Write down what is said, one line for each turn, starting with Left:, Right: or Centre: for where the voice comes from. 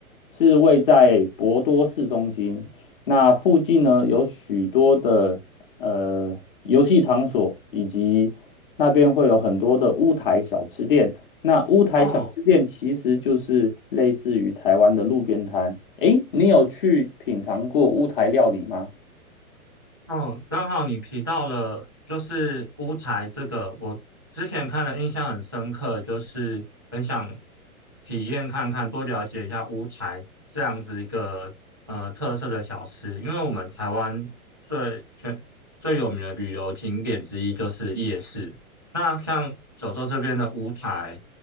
Left: 是位在博多市中心。那附近呢，有许多的呃游戏场所，以及那边会有很多的乌台小吃店。那乌台小吃店其实就是类似于台湾的路边摊。
Right: 哦。
Left: 诶，你有去品尝过乌台料理吗？
Right: 哦，刚好你提到了就是乌台这个，我之前看了印象很深刻，就是很想体验看看，多了解一下乌台这样子一个呃特色的小吃，因为我们台湾最全最有名的旅游景点之一就是夜市。那像九州这边的乌台，